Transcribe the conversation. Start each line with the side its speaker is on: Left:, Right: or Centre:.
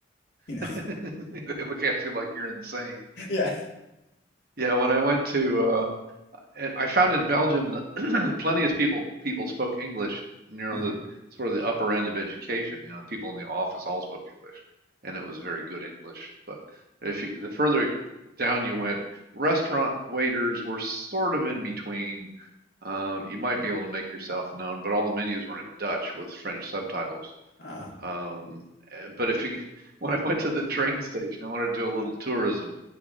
Left: you know.
Right: <laughs> they look at you like you're insane.
Left: <laughs> Yeah.
Right: Yeah, when I went to uh, I found in Belgium that <clears throat> plenty of people people spoke English. You know,
Left: Mhm.
Right: the sort of the upper end of education. You know, people in the office all spoke English, and it was very good English. But if you, the further down you went, restaurant waiters were sort of in between. Um, you might be able to make yourself known, but all the menus were in Dutch with French subtitles.
Left: Ah,
Right: Um, eh, but if you, <laughs> when I went to the train station, I wanted to do a little tourism,